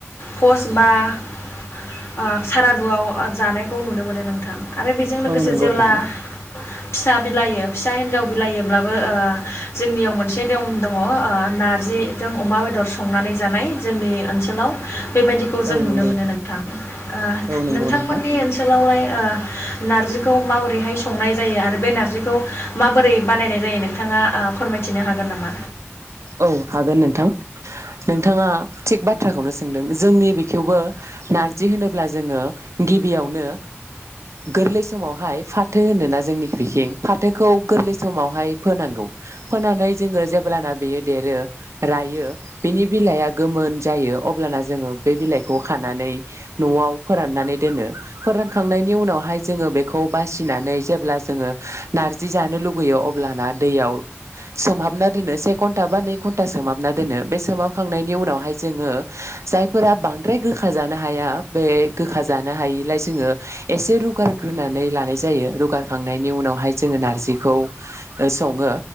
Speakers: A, on the left (about 65°); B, on the right (about 80°).
A: फस बा ओ सारादुआव जानायखौ नुनो मोनो नोंथां। आरो बेजों लोगोसे
B: औ नंगौ
A: जेब्ला
B: नोंथां
A: फिसा बिलाइयो फिसा हिन्जाव बिलाइयोब्लाबो ओ जोंनियाव मोनसे दम दङ ओ नारजिजों अमा बेदर संनानै जानाय जोंनि ओनसोलाव। बेबायदिखौ जों
B: औ
A: नुनो
B: नंगौ
A: मोनो नोंथां ओ
B: औ नंगौ
A: नोंथांमोननि
B: नोंथां।
A: ओनसोलावलाय ओ नारजिखौ माबोरैहाय संनाय जायो आरो बे नार्जिखौ माबोरै बानायनाय जायो नोंथाङा आ फोरमायथिनो हागोन नामा?
B: औ हागोन नोंथां नोंथाङा थिग बाथ्राखौनो सोंदों जोंनि बेखौवबो नारजि होनोब्ला जोङो गिबियावनो गोरलै समावहाय फाथो होनोना जोंनि बिखिं फाथोखौ गोरलै समावहाय फोनांगौ फोनानै जोङो जेब्लाना बेयो देरो रायो बिनि बिलाइआ गोमोन जायो अब्लाना जोङो बे बिलाइखौ खानानै न'आव फोराननानै दोनो फोरानखांनायनि उनावहाय जोङो बेखौ बासिनानै जेब्ला जोङो नारजि जानो लुुबैयो अब्लाना दैयाव सोमहाबना दोनो से घन न्टा बा नै घन्टा सोमहाबना दोनो बे सोमाबखांनायनि उनावहाय जोङो जायफोरा बांद्राय गोखा जानो हाया बे गोखा जानो हायिलाय जोङो एसे रुगारग्रोनानै लानाय जायो रुगारखांनायनि उनावहाय जोङो नार्जिखौ ओ सङो